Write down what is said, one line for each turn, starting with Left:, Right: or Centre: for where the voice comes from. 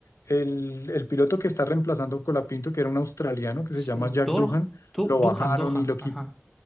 Left: el, el piloto que está reemplazando a Colapinto, que era un australiano que
Centre: Sí,
Left: se llama
Centre: Dor,
Left: Jack Doohan,
Centre: Du-
Left: lo
Centre: Duhan,
Left: bajaron
Centre: Dohan,
Left: y lo quitaron
Centre: ajá,